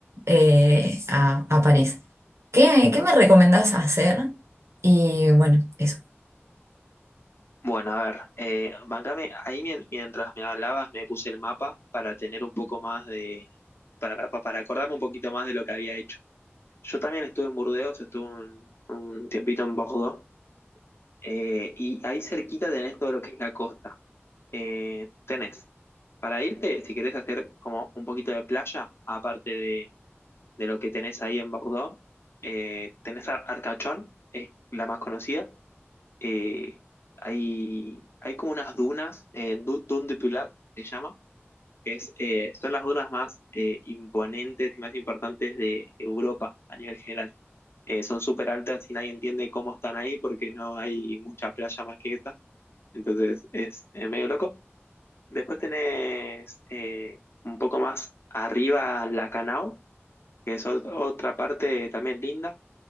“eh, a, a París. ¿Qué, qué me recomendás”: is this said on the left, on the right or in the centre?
Right